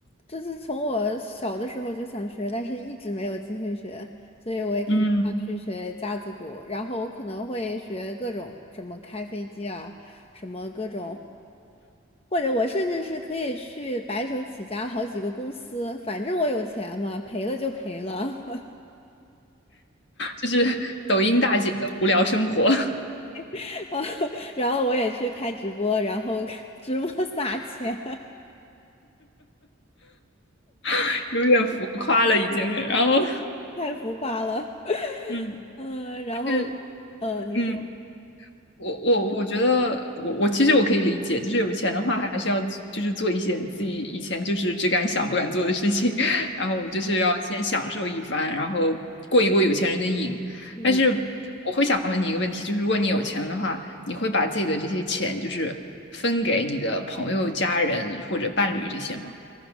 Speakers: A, on the left (about 30°); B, on the left (about 60°).
A: 这是从我小的时候就想学，但是一直没有机会学，所以我也肯定要去学架子鼓。
B: 嗯，
A: 然后我可能会学各种什么开飞机啊，什么各种，或者我甚至是可以去白手起家好几个公司，反正我有钱嘛，赔了就赔了。
B: 就是抖音大姐的无聊生活，
A: <laughs> 啊然后我也去开直播，然后 <laughs> 直播撒钱，
B: <laughs> 有点浮夸了已经。然后
A: <laughs> 太浮夸了。
B: 嗯
A: 嗯，然后，
B: 就是
A: 呃，你说。
B: 嗯，我我我觉得我我其实我可以理解，就是有钱的话还是要就是做一些自己以前就是只敢想不敢做的事情，<laughs> 然后就是要先享受一番，然后过一过有钱人的瘾。
A: 嗯。
B: 但是我会想问你一个问题，就是如果你有钱的话，你会把自己的这些钱就是分给你的朋友、家人或者伴侣这些吗？